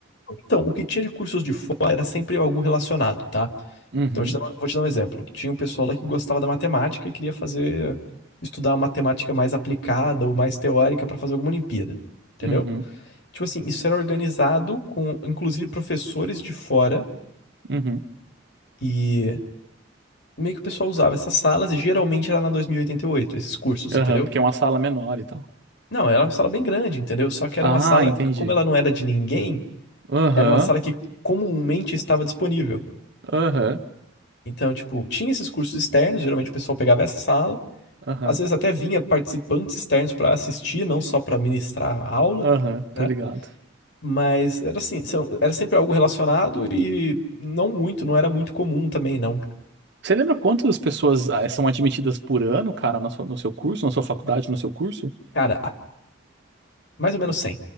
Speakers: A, on the left; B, on the right.
A: Então, o que tinha de cursos de fora era sempre algo relacionado, tá?
B: Uhum,
A: Então, eu te dar um- vou te dar um exemplo. Tinha um pessoal lá que gostava da matemática e queria fazer, estudar uma matemática mais aplicada ou mais teórica para fazer alguma Olimpíada. Entendeu?
B: uhum,
A: Tipo assim, isso era organizado com, inclusive, professores de fora
B: uhum,
A: e meio que o pessoal usava essas salas e geralmente era na dois mil e e oitenta e oito esses cursos,
B: aham,
A: entendeu?
B: porque é uma sala menor e tal.
A: Não, era uma sala bem grande, entendeu? Só que era
B: Ah,
A: uma sala,
B: entendi.
A: que, como ela não era de ninguém,
B: Aham,
A: era uma sala que comumente estava disponível.
B: aham,
A: Então, tipo, tinha esses cursos externos, geralmente o pessoal pegava essa sala,
B: aham,
A: às vezes até vinha participantes externos para assistir, não só para ministrar a aula,
B: aham,
A: né?
B: tô ligado.
A: Mas era assim, são- era sempre algo relacionado e não muito, não era muito comum também, não.
B: Você lembra quantas pessoas ah, são admitidas por ano, cara, na sua- no seu curso, na sua faculdade, no seu curso?
A: Cara, a- mais ou menos 100